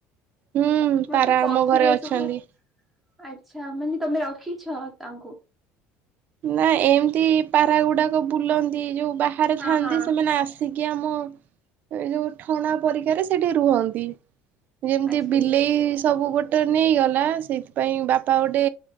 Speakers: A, on the right; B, in the centre.
A: ହୁଁ
B: ମୋତେ
A: ପାରା
B: ପକ୍ଷୀ
A: ଆମ ଘରେ
B: ଏସବୁ,
A: ଅଛନ୍ତି।
B: ଆଚ୍ଛା ମାନେ ତୋମେ ରଖିଛ ତାଙ୍କୁ?
A: ନା ଏମିତି ପାରାଗୁଡାକ ବୁଲନ୍ତି ଯୋଉ ବାହାରେ
B: ହଁ
A: ଥାଆନ୍ତି
B: ହଁ
A: ସେମାନେ ଆସ ଆସିକି ଆମ ଏ ଯୋଉ ଠଣା ପରିକାରେ ସେଠି ରୁହନ୍ତି। ଯେମିତି
B: ଆଚ୍ଛା
A: ବିଲେଇ
B: ଆଚ୍ଛା
A: ସବୁ ଗୋଟେ ନେଇଗଲା ସେଇଥିପାଇଁ ବାପା ଗୋଟେ